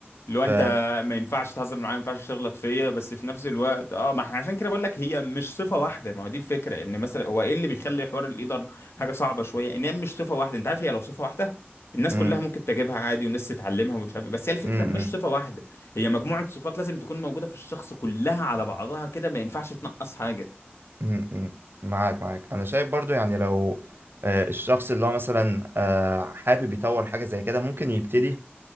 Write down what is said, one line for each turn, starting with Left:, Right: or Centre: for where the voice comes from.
Left: اللي
Right: ف
Left: هو انت ما ينفعش تهزر معايا ما ينفعش تغلط فيا بس في نفس الوقت اه ما احنا عشان كده بقول لك هي مش صفه واحده ما هو دي الفكره ان مثلا هو ايه اللي بيخلي حوار القدر حاجه صعبه شويه ان هي مش صفه واحده انت عارف هي لو صفه واحده الناس
Right: م-
Left: كلها ممكن تجيبها عادي والناس تتعلمها ومش عارف إيه. بس هي الفكره
Right: م-
Left: مش
Right: م-
Left: صفه واحده هي مجموعه صفات لازم تكون موجوده في الشخص كلها على بعضها كده ما ينفعش تنقص حاجه
Right: م- م- معاك معاك انا شايف برضو يعني لو آه، الشخص اللي هو مثلا آه، حابب يطور حاجة زي كده ممكن يبتدي